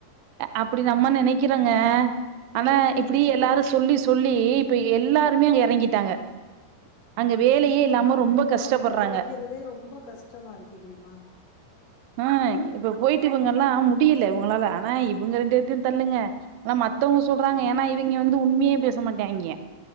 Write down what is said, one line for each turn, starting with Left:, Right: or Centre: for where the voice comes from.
Right: அப்டி நம்ம நெனக்கிறோங்க ஆனா
Left: ம்
Right: இப்டி எல்லாரு சொல்லி சொல்லி இப்ப எல்லாருமே எறங்கிட்டாங்க அங்க வேலயே இல்லாம ரொம்ப
Left: இப்போ வாய்ப்பு
Right: கஷ்டப்பட்றாங்க
Left: கெடக்கிறதே ரொம்பக் கஷ்டமாருக்கு தெரிம்மா
Right: ஆ இப்பப் போயிட்டு இவங்கல்லா முடியல இவங்களால ஆனா இப் இவங்க ரெண்டுப் பேத்தையு தள்ளுங்க ஆனா மத்தவங்க சொல்றாங்க
Left: ம்.
Right: ஏன்னா இவிங்க வந்து உண்மையேப் பேச மாட்டாய்ங்க